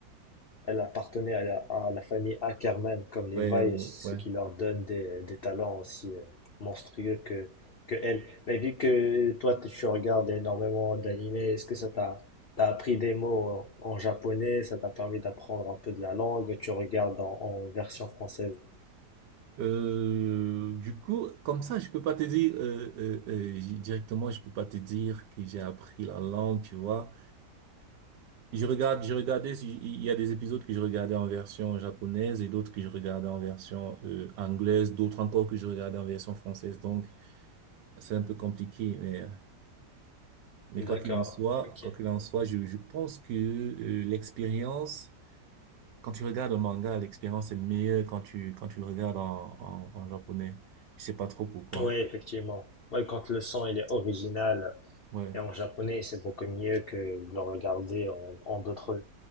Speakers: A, on the left (about 70°); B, on the right (about 80°).
A: Elle appartenait à la, à la famille Ackermann, comme les
B: Ouais,
A: Vailles,
B: ouais,
A: ce
B: ouais.
A: qui leur donne des, des talents aussi euh, monstrueux que, que elle. Mais vu que toi, tu tu regardes énormément d'animés, est-ce que ça t'a, t'as appris des mots en, en japonais, ça t'a permis d'apprendre un peu de la langue, tu regardes en, en version française?
B: Euh, du coup, comme ça, je peux pas te dire, euh, euh, euh, j- directement, je peux pas te dire que j'ai appris la langue, tu vois. Je regarde, je regardais, si, il y a des épisodes que je regardais en version japonaise et d'autres que je regardais en version, euh, anglaise, d'autres encore que je regardais en version française. Donc, C'est un peu compliqué, mais, euh, mais
A: D'accord,
B: quoi qu'il en soit,
A: ok.
B: quoi qu'il en soit, je, je pense que euh, l'expérience, quand tu regardes un manga, l'expérience est meilleure quand tu, quand tu le regardes en, en, en japonais. Je sais pas trop pourquoi.
A: Oui, effectivement. Ouais, quand le son il est original
B: Ouais.
A: et en japonais, c'est beaucoup mieux que de le regarder en, en d'autres